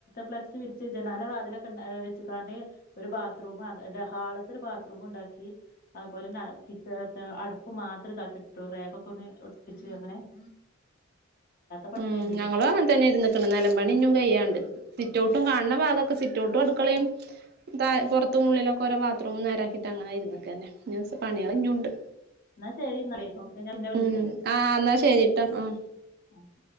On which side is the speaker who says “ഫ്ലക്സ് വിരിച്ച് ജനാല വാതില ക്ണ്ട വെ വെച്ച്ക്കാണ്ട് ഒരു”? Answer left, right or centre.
Left